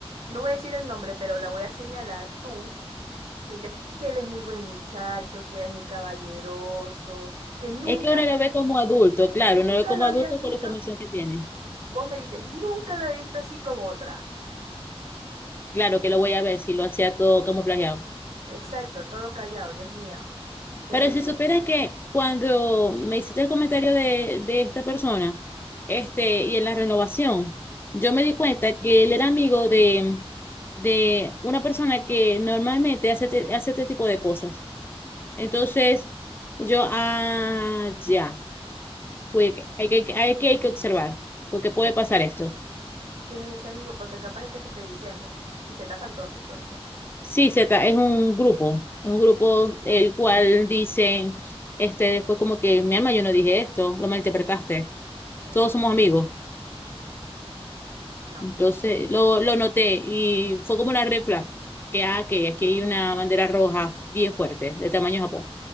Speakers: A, on the right; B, on the left.
A: no voy a decir el nombre, pero la voy a señalar tú sí, te- que él es muy buen muchacho, que es muy caballeroso, que nunca,
B: Es que uno lo ve como adulto, claro,
A: nunca
B: uno lo ve como
A: lo habías
B: adulto
A: visto,
B: con la información que tiene.
A: vos me dices, nunca lo he visto así como otra.
B: Claro que lo voy a ver si lo hacía todo camuflajeado.
A: Exacto, todo callado, Dios mío, qué
B: Pero
A: horrible.
B: si supieras que cuando me hiciste el comentario de, de esta persona, este, y en la renovación, yo me di cuenta que él era amigo de, de una persona que normalmente hace, te- hace este tipo de cosas. Entonces, yo, ah, ya, pues hay que, hay que, hay que observar, porque puede pasar esto.
A: ¿Y quién es ese amigo? Porque capaz es que te estoy diciendo. Y se tapan todo entonces.
B: Sí, Z, es un grupo, es un grupo el cual dice, este, después como que, mi alma, yo no dije esto, lo malinterpretaste,
A: Ay,
B: todos
A: no,
B: somos amigos.
A: no,
B: Entonces,
A: qué horrible.
B: lo, lo noté y fue como una red flag, que, ah, que aquí hay una bandera roja bien fuerte, de tamaño Japón.